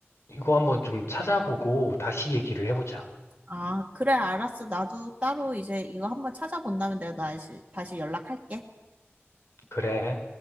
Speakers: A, on the left; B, on the right.
A: 이거 한번 좀 찾아보고 다시 얘기를 해보자.
B: 아, 그래, 알았어. 나도 따로 이제 이거 한번 찾아본 다음에 내가 다시, 다시 연락할게.
A: 그래.